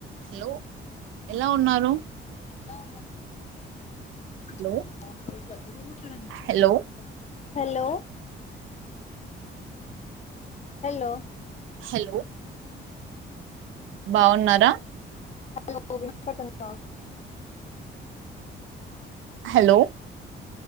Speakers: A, on the right; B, on the left.
A: Hello ఎలా ఉన్నారు
B: ఎలా ఉన్నా <unintelligible>
A: hello hello
B: hello hello
A: hello బావున్నారా
B: హలో కో పతన్ ఆ
A: హలో